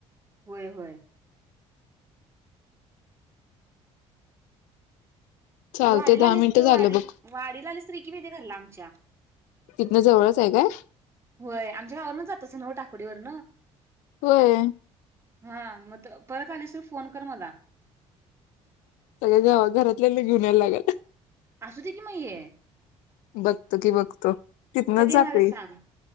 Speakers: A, on the right; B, on the left.
A: होय होय
B: चालते
A: वारी
B: दहा
A: लालत
B: मिनिटं झालं
A: वा
B: बघ
A: वढ लाली स्त्री की ब आमच्या
B: तिथनं जवळच आहे काय
A: होय आमच्या गावावरन जात असं नऊ टाकोडीवरन
B: होय
A: हा मग परत आलीसर फोन कर मला
B: सगळ जेव्हा घरातल्या घेऊनयला लागल
A: असू दे की म ये
B: बघत कि बघतो तिथनच
A: कधी येणार
B: जातय
A: आहे सांग